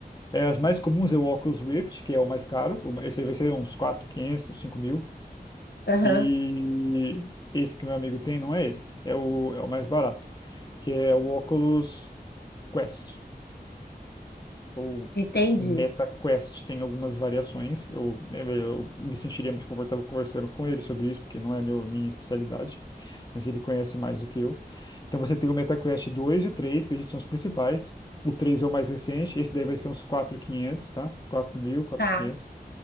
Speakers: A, on the left (about 25°); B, on the left (about 80°).
A: É, as mais comuns é o Oculus Rift, que é o mais caro. O- Esse aí vai ser uns 4, 500, cinco mil.
B: Aham,
A: E esse que meu amigo tem não é esse. É o, é o mais barato, que é o Oculus Quest. ou
B: entendi.
A: MetaQuest tem algumas variações. Eu, eu me sentiria mais confortável conversando com ele sobre isso, porque não é meu, minha especialidade, mas ele conhece mais do que eu. Então você tem o MetaQuest 2 e o 3, que acredito que são os principais. O 3 é o mais recente, esse daí vai ser uns quatro mil e quinhentos, tá? 4.000,
B: Tá,
A: quinhentos.